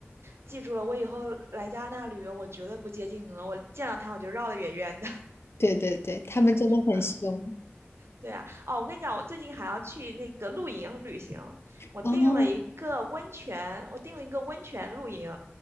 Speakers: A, on the right (about 75°); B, on the left (about 70°).
A: 记住了，我以后来加拿大旅游，我绝对不接近鹅，我见到它我就绕得远远的。
B: 对对对，他们真的很凶。
A: <laughs> 对啊，哦，我跟你讲，我最近还要去那个露营旅行，我订了一个温泉，
B: 哦，
A: 我订了一个温泉露营，